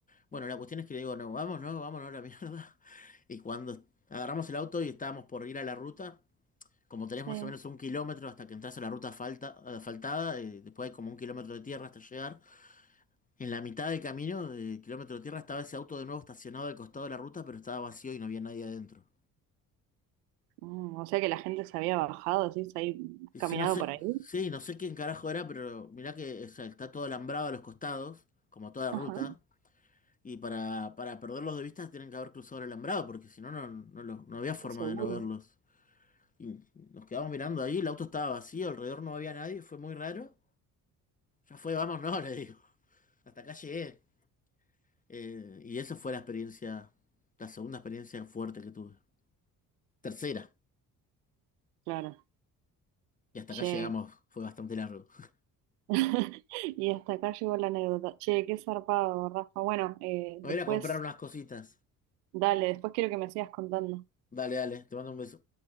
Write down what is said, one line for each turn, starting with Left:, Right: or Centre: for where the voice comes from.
Left: Bueno, la cuestión es que le digo, no, vamos, no, vámonos a la mierda. <laughs> Y cuando agarramos el auto y estábamos por ir a la ruta, como tenés
Right: Sí.
Left: más o menos un kilómetro hasta que entras a la ruta falta, asfaltada, eh, después hay como un kilómetro de tierra hasta llegar. En la mitad del camino, de kilómetro de tierra, estaba ese auto de nuevo estacionado al costado de la ruta, pero estaba vacío y no había nadie adentro.
Right: Mm, o sea que la gente se había bajado, así, se había
Left: Y
Right: caminado
Left: sí, no sé,
Right: por ahí.
Left: sí, no sé quién carajo era, pero mirá que o sea, está todo alambrado a los costados, como toda
Right: Ajá.
Left: ruta, y para, para perderlos de vista tienen que haber cruzado el alambrado, porque si no, no, no, lo- no había forma
Right: Seguro.
Left: de no verlos. Y nos quedamos mirando ahí, el auto estaba vacío, alrededor no había nadie, fue muy raro. Ya fue, vamos, no, <laughs> le digo. Hasta acá llegué. Eh, y esa fue la experiencia, la segunda experiencia fuerte que tuve. Tercera.
Right: Claro.
Left: Y hasta
Right: Che.
Left: acá llegamos, fue bastante largo. Me
Right: <laughs> Y hasta acá llegó la anécdota. Che, qué zarpado, Rafa. Bueno, eh,
Left: voy
Right: después,
Left: a ir a comprar unas cositas.
Right: dale, después quiero que me sigas contando.
Left: Dale, dale, te mando un beso.